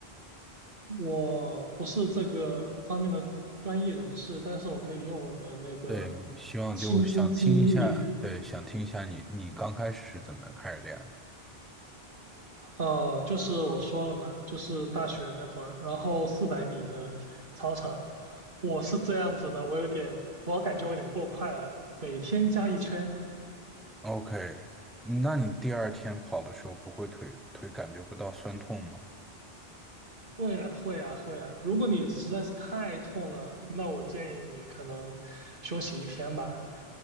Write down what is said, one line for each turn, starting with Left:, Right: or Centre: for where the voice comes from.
Right: 我不是这个方面的专业人士，但是我可以用我的那个
Centre: 对，希望就想听一下，
Right: 亲身经历，
Centre: 对，想听一下你你刚开始是怎么开始练的
Right: 呃，就是我说了嘛，就是大学那会儿，然后四百米的操场，我是这样子的，我有点，我感觉我有点过快了，每天加一圈。
Centre: ？OK，那你第二天跑的时候不会腿腿感觉不到酸痛吗
Right: 会呀，会呀，会呀。如果你实在是太痛了，那我建议你可能休息一天吧。